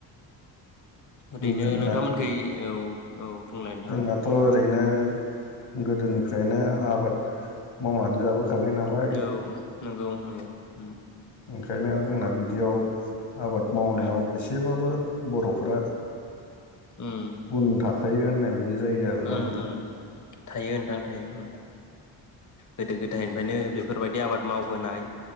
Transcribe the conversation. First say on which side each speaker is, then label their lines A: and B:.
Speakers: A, on the left (about 35°); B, on the left (about 55°).
A: ओरैनो
B: जोंनाथ'
A: नोंथांमोनखै औ। औ बुंलाय नोंथां
B: जोंनाथ'
A: औ
B: ओरैनो गोदोनिफ्रायनो आबाद मावनानै जाबो गानाय नालाय
A: नंगौ नंगौ ओम ओम।
B: ओंखायनो जोंना बिदियाव आबाद मावनायाव
A: उम
B: एसेबाबो बर'फोरा
A: उम
B: उनखा खायो होननाय बाय बिदि जायो आरोना
A: उम
B: नोंथां।
A: उम थायो नोंथां थायो ओं गोदो गोदायनिफ्रायनो बेफोरबायदि आबाद मावबोनाय